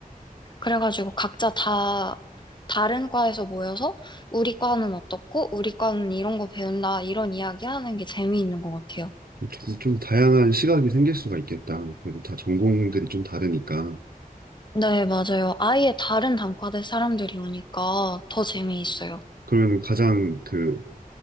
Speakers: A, on the left; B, on the right.
A: 그래가지고 각자 다 다른 과에서 모여서 우리 과는 어떻고 우리 과는 이런 거 배운다 이런 이야기 하는 게 재미있는 것 같아요.
B: 좀, 좀 다양한 시각이 생길 수가 있겠다. 그리고 다 전공들이 좀 다르니까.
A: 네, 맞아요. 아예 다른 단과대 사람들이 오니까 더 재미있어요.
B: 그러면 가장 그